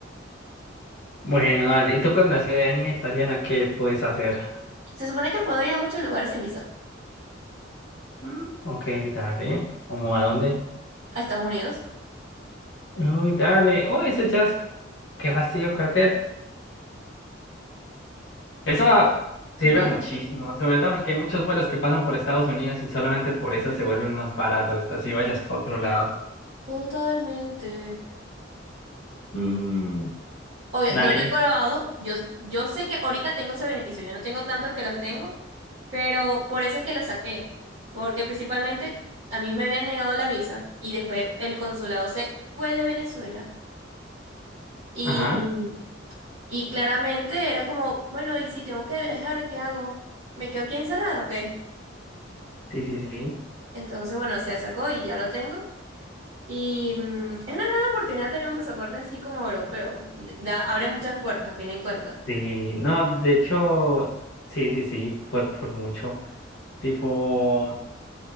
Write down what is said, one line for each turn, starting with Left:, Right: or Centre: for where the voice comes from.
Left: Bueno, dale. ¿Y tú con la ciudadanía italiana qué puedes hacer?
Right: Se supone que puedo ir a muchos lugares sin visa,
Left: Mm, ok, dale. ¿Cómo a dónde?
Right: a Estados Unidos.
Left: Uy, dale. Uy, eso ya es... Qué fastidio, creo que eso
Right: Sí.
Left: sirve
Right: Ujú.
Left: muchísimo, sobre todo porque hay muchos vuelos que pasan por Estados Unidos y solamente por eso se vuelven más baratos, así vayas para otro lado.
Right: Totalmente.
Left: Mm,
Right: Obvio,
Left: Dale.
Right: no lo he
Left: y-
Right: probado. Yo, yo sé que ahorita tengo ese beneficio. Yo no tengo tanto que los tengo, pero por eso es que los saqué. Porque principalmente a mí me habían negado la visa y después el consulado se fue de Venezuela. Y,
Left: Ajá.
Right: y claramente era como, bueno, ¿y si tengo que dejar, qué hago? ¿Me quedo aquí encerrado o qué?
Left: Sí, sí, sí.
Right: Entonces, bueno, se sacó y ya lo tengo. Y mm, es una gran oportunidad tener un pasaporte así como europeo. Da, abre muchas puertas, a fin en cuenta.
Left: Sí, no, de hecho, sí, sí, sí, por, por mucho. Tipo,